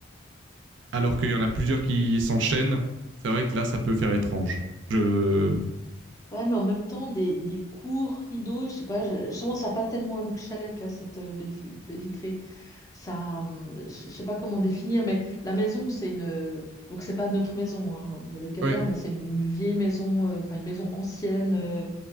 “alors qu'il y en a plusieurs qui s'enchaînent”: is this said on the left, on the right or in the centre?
Right